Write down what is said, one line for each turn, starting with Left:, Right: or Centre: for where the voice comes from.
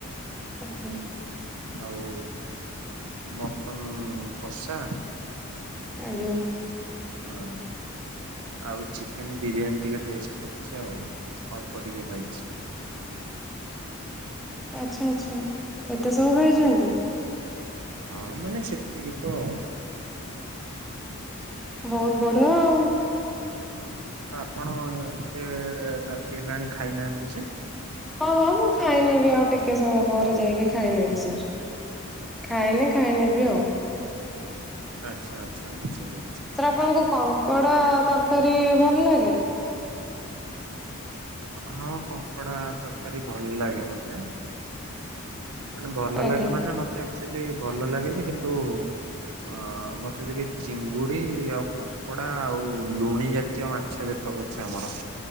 Centre: ଆଜ୍ଞା।
Right: ଆଉ ମଟନ୍ କଷା
Centre: ଆଜ୍ଞା।
Right: ହଁ। ଆଉ ଚିକେନ୍ ବିରିୟାନୀ ଟିକେ ଟେଷ୍ଟ କରୁଛି ଆଉ ଅଳ୍ପ ଟିକେ ଖାଇଛି।
Centre: ଆଚ୍ଛା ଆଚ୍ଛା ଏତେ ସବୁ ଖାଇଛନ୍ତି।
Right: ହାଁ ଇ ମାନେ ସେତିକି ତ ଆଉ।
Centre: ବହୁତ ବଢିଆ ଆଉ।
Right: ହଁ ଆଉ ତ ଆପଣ ଏତେ ରାତି ହେଲାଣି ଖାଇନାହାନ୍ତି ଯେ।
Centre: ହଁ ହଁ ମୁଁ ଖାଇନେବି ଆଉ ଟିକେ ସମୟ ପରେ ଯାଇକି ଖାଇନେବି ସାର୍। ଖାଇନି ଖାଇନେବି ଆଉ।
Right: ଆଚ୍ଛା ଆଚ୍ଛା ବୁଝିଗଲି ବୁଝି
Centre: ସାର୍ ଆପଣଙ୍କୁ କଙ୍କଡ଼ା ତରକାରୀ ଭଲ ଲାଗେ?
Right: ହଁ କଙ୍କଡ଼ା ତରକାରୀ ଭଲ ଲାଗେ ମତେ। ମାନେ ଭଲ
Centre: ଆଜ୍ଞା
Right: ଲାଗେ ମାନେ ମତେ ଏକ୍ଚୁଲି ଭଲ ଲାଗେଯେ କିନ୍ତୁ ଅ ମତେ ଟିକେ ଚିଙ୍ଗୁଡି ଆଉ କଙ୍କଡା ଆଉ ଲୁଣି ଯା ତୀୟ ମାଛ ଯେତକ ଅଛି ଆମର।